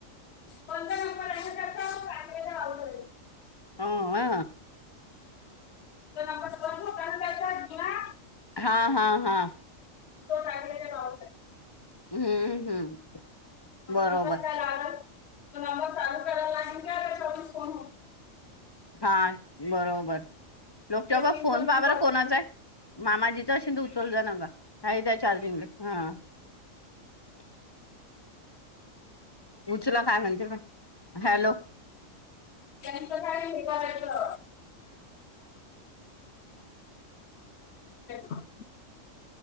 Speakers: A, on the left; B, on the left.
A: बंद नंबर आहे ना त्याचा तो टाकलेला भावकडे
B: हं हा,
A: तो नंबर बंद होता ना त्याचा जुना
B: हा हा हा,
A: तो टाकले त्या बाबतीत
B: हम्म हम्म,
A: म्हटलं
B: बरोबर
A: नकाच काय लागल तो नंबर चालू करायला लागेल का त्याच्यावरून फोन होतो
B: हा बरोबर लोकच्या
A: त्याची
B: बाबा
A: इन्कमिंग
B: फोन पाबरा
A: कॉल
B: कोणाचा
A: येतो
B: आहे. मामाजीचा शिंद उचल जा न का नाही त्या चार्जिंगला हा, <unintelligible> उचूला काय म्हणते बा, हॅलो,
A: त्यांचं काय हे करायचं, <unintelligible>